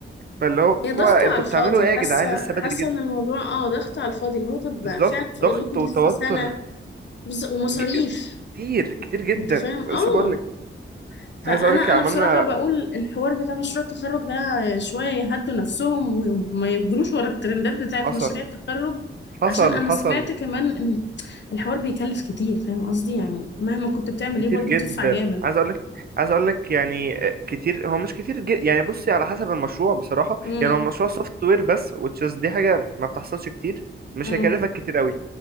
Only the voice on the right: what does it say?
فاللي
هو انتوا
بتعملوا ايه
يا جدعان لسه
بدري جدا
بالظبط
ضغط
وتوتر
ج... كتير كتير جدا
ولسه
بقول لك
عايز اقول لك
عملنا
<clears throat>
حصل
حصل
حصل
كتير
جدا
عايز اقول لك عايز اقول لك يعني آه، كتير هو مش كتير جد يعني بصي على حسب المشروع بصراحه
يعني هو مشروع سوفت وير بس وتشيز دي حاجه ما بتحصلش كتير مش
هيكلفك كتير قوي